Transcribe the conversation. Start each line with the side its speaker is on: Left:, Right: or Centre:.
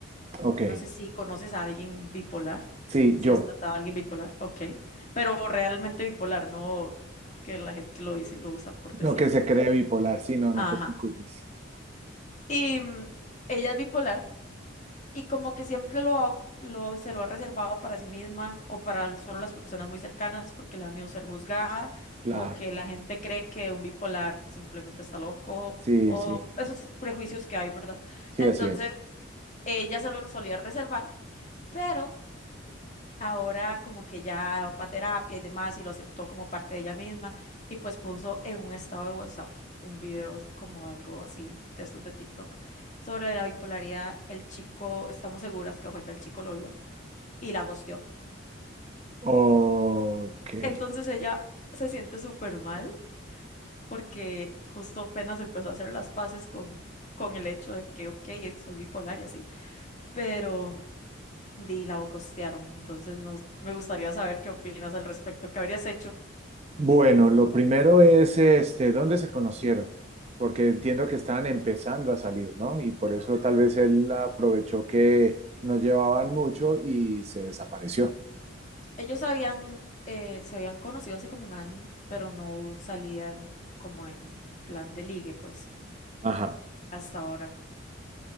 Right: Ok.
Left: No sé si conoces a alguien bipolar,
Right: Sí,
Left: si
Right: yo.
Left: has tratado a alguien bipolar, ok. Pero realmente bipolar, no que la gente lo dice, lo usa por decirlo.
Right: No que se cree bipolar. Sí, no,
Left: Ajá.
Right: no te preocupes.
Left: Y mm, ella es bipolar y como que siempre lo, ha- lo- se lo ha reservado para sí misma o para el- solo las personas muy cercanas porque le da miedo ser juzgada
Right: Claro.
Left: o que la gente cree que un bipolar simplemente está loco
Right: Sí,
Left: o
Right: sí.
Left: esos prejuicios que hay, ¿verdad?
Right: Sí,
Left: Entonces,
Right: así es.
Left: ella se lo solía reservar, pero ahora como que ya va a terapia y demás y lo aceptó como parte de ella misma y pues puso en un estado de WhatsApp un video como algo así de estos de TikTok sobre la bipolaridad. El chico, estamos seguras que fue que el chico lo vio y la gosteó.
Right: Ok.
Left: Entonces ella se siente súper mal porque justo apenas empezó a hacer las paces con, con el hecho de que, ok, soy bipolar y así, pero... di la gostearon, entonces no, me gustaría saber qué opinas al respecto. ¿Qué habrías hecho?
Right: Bueno, lo primero es, este, ¿dónde se conocieron? Porque entiendo que estaban empezando a salir, ¿no? Y por eso tal vez él aprovechó que no llevaban mucho y se desapareció.
Left: Ellos habían, eh, se habían conocido hace como un año, pero no salían como en plan de ligue, pues,
Right: Ajá.
Left: hasta ahora.